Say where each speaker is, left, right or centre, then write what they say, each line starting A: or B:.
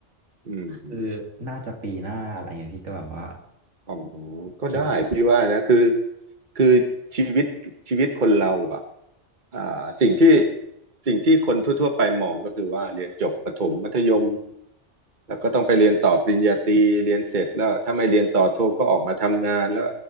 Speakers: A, on the right; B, on the right.
A: อืม
B: คือน่าจะปีหน้าอะไรเงี้ยพี่ก็แบบว่า
A: อ๋อก็ได้พี่ว่านะคือ
B: คิดดูครับว่า
A: คือชีวิตชีวิตคนเราอ่ะอ่าสิ่งที่สิ่งที่คนทั่วๆไปมองก็คือว่าเรียนจบประถมมัธยม แล้วก็ต้องไปเรียนต่อปริญญาตรีเรียนเสร็จแล้วถ้าไม่เรียนต่อโทก็ออกมาทำงานแล้ว